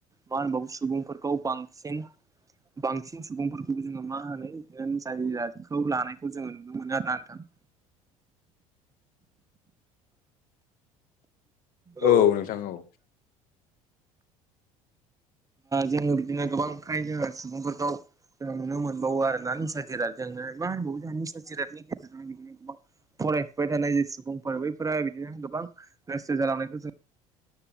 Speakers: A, on the right; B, on the left.
A: मा होनबावो सुबुंफोरखौ बां सिन बांसिन सुबुंफोरखौबो जोङो मा होनो बि जायखौ लानायखौ जोङो नुनो मोनो आरोना नोंथां <inaudible> ओ
B: औ नोंथां औ
A: जोङो बिदिनो गोबां फ्राय जोङो सुबुंफोरखौ जोङो नुनो मोनबावो आरोना जिरादजोंनो मा होनबावो जोंहा निसा जिरादनि गेजेरजोंनो गोबां फरायफुबबाय थानाय जे सुबुंफोर बैफोरा बिदिनो गोबां गोस्थ जालांनायखौ जों